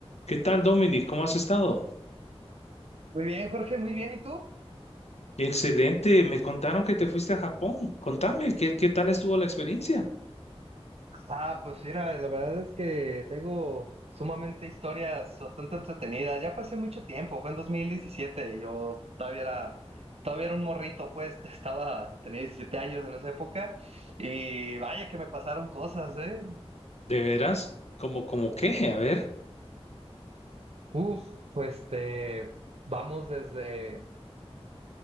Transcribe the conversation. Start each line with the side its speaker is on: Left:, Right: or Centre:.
Left: ¿Qué tal, Dominic? ¿Cómo has estado?
Right: Muy bien, Jorge, muy bien. ¿Y tú?
Left: Excelente. Me contaron que te fuiste a Japón. Contame, ¿qué, qué tal estuvo la experiencia?
Right: Ah, pues mira, la verdad es que tengo sumamente historias bastante entretenidas. Ya fue hace mucho tiempo, fue en 2017. Yo todavía era, todavía era un morrito, pues <laughs> estaba, tenía 17 años en esa época. Y vaya que me pasaron cosas, ¿eh?
Left: ¿De veras? ¿Cómo, cómo qué? A ver,
Right: Uf, pues este, vamos desde,